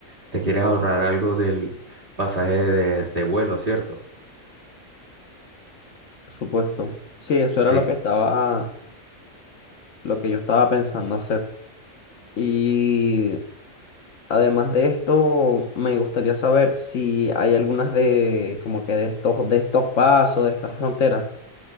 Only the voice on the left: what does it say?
por supuesto.
Sí, eso
era lo que estaba, lo que yo estaba pensando hacer. Y además de esto, me gustaría saber si hay algunas de, como que de estos, de estos pasos, de estas fronteras,